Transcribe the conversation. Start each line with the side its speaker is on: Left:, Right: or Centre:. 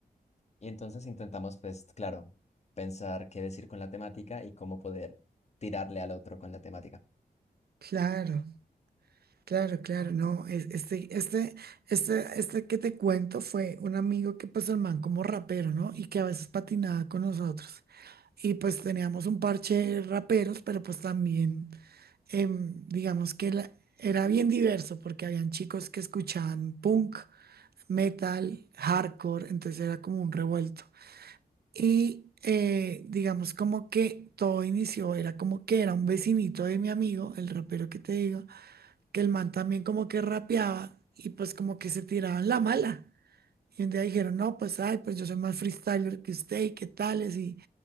Left: y entonces intentamos, pues, claro, pensar qué decir con la temática y cómo poder tirarle al otro con la temática.
Right: claro, claro, claro, no, es- este, este, este, este que te cuento fue un amigo que pues el man como rapero, ¿no? Y que a veces patinaba con nosotros. y pues teníamos un parche de raperos, pero pues también em, digamos que la- era bien diverso porque habían chicos que escuchaban punk, metal, hardcore, entonces era como un revuelto. Y eh, digamos como que todo inició, era como que era un vecinito de mi amigo, el rapero que te digo, que el man también como que rapeaba y pues como que se tiraban la mala. Y un día dijeron, no, pues, ay, pues yo soy más freestyler que usted y qué tales. Y,